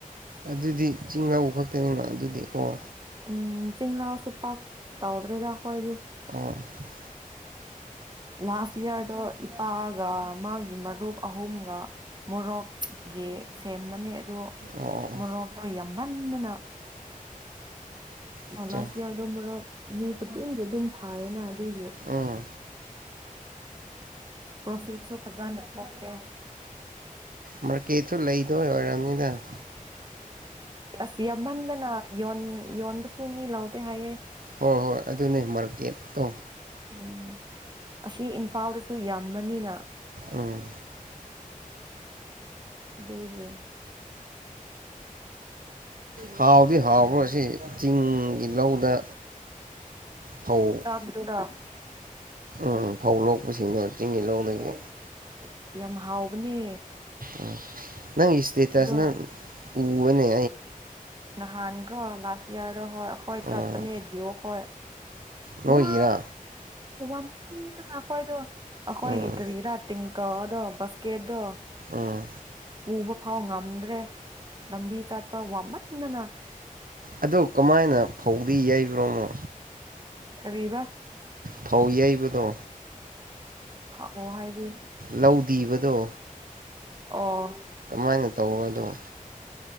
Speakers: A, on the right (about 80°); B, on the right (about 30°).
A: ꯑꯗꯨꯗꯤ ꯆꯤꯡ ꯂꯧꯎ ꯈꯛꯇꯅꯤꯅ ꯑꯗꯨꯗꯤ ꯑꯣ
B: ꯎꯝ ꯆꯤꯡꯂꯥꯎꯁꯨ ꯄꯥꯛ ꯇꯧꯗ꯭ꯔꯦꯗ ꯑꯩꯈꯣꯏꯗꯤ
A: <unintelligible>
B: ꯂꯥꯁ ꯌꯥꯔꯗꯣ ꯏꯄꯥꯒ ꯃꯥꯒꯤ ꯃꯔꯨꯞ ꯑꯍꯨꯝꯒ ꯃꯣꯔꯣꯛꯀꯤ ꯁꯦꯝꯕꯅꯦ ꯑꯗꯨ
A: ꯑꯣ
B: ꯃꯣꯔꯣꯛꯇꯣ ꯌꯥꯝ ꯌꯥꯝꯃꯟꯗꯅ
A: ꯑꯆꯥ
B: ꯂꯥꯏꯁ ꯏꯌꯔꯗꯣ ꯃꯣꯔꯣꯛ ꯃꯤ ꯈꯨꯗꯤꯡꯒꯤ ꯑꯗꯨꯝ ꯊꯥꯏꯌꯦꯅ ꯑꯗꯨꯏꯒꯤ
A: ꯎꯝ
B: ꯄ꯭ꯔꯣꯐꯦꯠꯁꯨ ꯐꯖꯅ ꯊꯣꯛꯇꯦ
A: ꯃꯔꯀꯦꯠꯁꯨ ꯂꯩꯇꯕꯩ ꯑꯣꯏꯔꯝꯅꯤ <unintelligible>
B: ꯑꯁ ꯌꯥꯝꯃꯟꯗꯅ ꯌꯣꯟ ꯌꯣꯟꯕꯁꯨ ꯃꯤ ꯂꯧꯎꯗꯦ ꯍꯥꯏꯌꯦ
A: ꯍꯣꯏ ꯍꯣꯏ ꯑꯗꯨ ꯅꯦ ꯃꯔꯀꯦꯛꯇꯣ
B: ꯎꯝ ꯑꯁꯤ ꯏꯝꯐꯥꯜꯗꯁꯨ ꯌꯥꯝꯕꯅꯤꯅ
A: ꯎꯝ
B: ꯏꯒꯤꯜ
A: ꯍꯥꯎꯕꯤ ꯍꯥꯎꯕ ꯆꯤꯡꯒꯤ ꯂꯧꯗ ꯐꯧ
B: ꯆꯥꯛꯗꯔꯥ
A: ꯎꯝ ꯐꯧ ꯂꯣꯛꯄꯁꯤꯡꯗꯣ ꯆꯤꯡ ꯂꯧꯗꯗꯒꯤ
B: ꯑꯦꯁ ꯌꯥꯝ ꯍꯥꯎꯕꯅꯦ
A: ꯑꯣꯝ ꯅꯪ ꯏꯁꯇꯇꯁꯅ
B: ꯑꯗꯣ
A: ꯎꯅꯦ
B: ꯅꯍꯥꯟꯒꯣ ꯂꯥꯁ ꯌꯥꯔ ꯍꯣꯏ ꯍꯣꯏ
A: ꯎꯝ
B: ꯆꯠꯄꯅꯤ ꯍꯥꯏꯗꯤꯑꯣ ꯍ
A: ꯅꯣꯏꯒꯤꯔꯥ
B: ꯋꯥ ꯋꯥ ꯎ ꯅꯈꯣꯏꯗꯣ ꯑꯈꯣꯏꯒꯤ
A: ꯎꯝ
B: ꯀꯕꯤ ꯔꯇ ꯀꯥꯎꯗꯣ ꯕꯁꯀꯦꯗꯣ
A: ꯎꯝ
B: ꯄꯨꯕ ꯐꯥꯎ ꯉꯝꯗ꯭ꯔꯦ ꯂꯝꯕꯤ ꯆꯥꯠꯄ ꯋꯥꯃꯗꯅ
A: ꯑ ꯀꯃꯥꯏꯅ ꯐꯧꯗꯤ ꯌꯩꯕ꯭ꯔꯣꯅꯣ
B: ꯀꯕꯤꯕꯥ
A: ꯐꯧ ꯌꯩꯕꯗꯣ
B: ꯍ ꯑꯣ ꯍꯥꯏꯗꯤ
A: ꯂꯧ ꯤꯕꯗꯣ
B: ꯑꯣ
A: ꯁꯃꯥꯏꯅ ꯇꯧꯕꯗꯣ